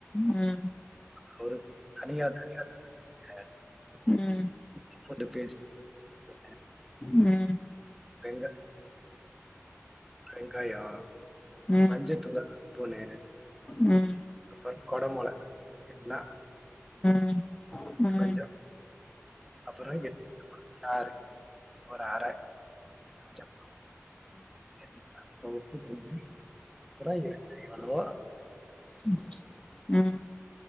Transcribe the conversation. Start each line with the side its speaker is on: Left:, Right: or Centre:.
Left: ம்
Centre: அப்ற ஒரு ஸ்பூன் தனியா தனியா தூள் எடுத்துக்குங்க
Left: ம் ம்
Centre: இஞ்சி பூண்டு பேஸ்ட் <unintelligible>
Left: ம்
Centre: ப்பெங்க வெங்காயோ
Left: ம் ம் ம்
Centre: மஞ்ச தூங் தூணு
Left: ம் ம் ம் ம் ம் ம்
Centre: அப்புறோ கொடமொள எல்லா
Left: ம் ம் ம் ம்
Centre: கொஞ்ச அப்பற எட் யாரு ஒரு அர செப் <unintelligible> அப்ப ஒப்புகுடுங்க <unintelligible> எவ்லோ
Left: உம்